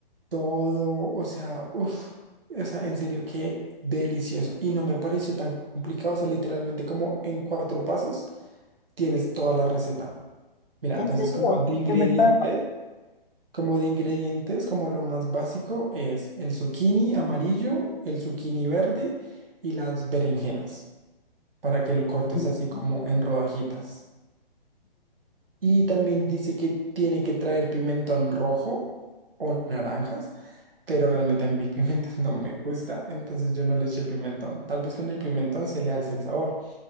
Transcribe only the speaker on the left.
En
serio,
de verdad.
Sí,
Sí.